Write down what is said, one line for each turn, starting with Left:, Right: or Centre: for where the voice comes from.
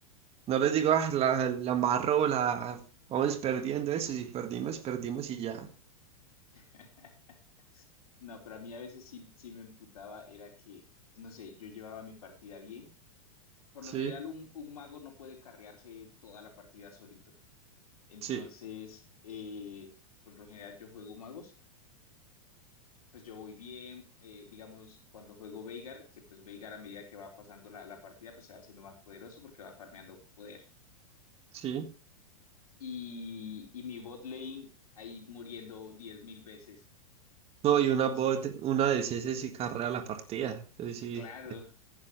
Right: No les digo, ah, la, la embarró, la vamos perdiendo eso, si perdimos, perdimos y ya.
Left: <laughs> No, pero a mí a veces sí, sí me emputaba, era que, no sé, yo llevaba mi partida bien. Por
Right: Sí,
Left: lo general, un, un mago no puede carrearse toda la partida solito. Entonces,
Right: sí,
Left: eh, por lo general yo juego magos pues yo voy bien, eh, digamos, cuando juego Veigar, que pues Veigar a medida que va pasando la, la partida, pues se va haciendo más poderoso porque va farmeando poder.
Right: sí.
Left: Y, y mi bot lane ahí muriendo 10.000 veces.
Right: No, y una
Left: Entonces,
Right: bot, una de CS
Left: eh,
Right: sí carrea la partida, es decir,
Left: claro.